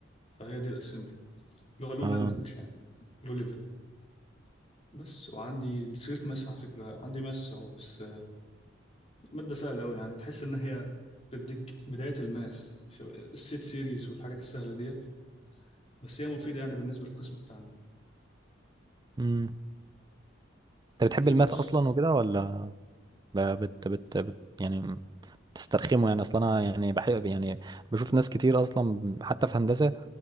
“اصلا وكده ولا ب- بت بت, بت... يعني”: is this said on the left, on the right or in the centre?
Right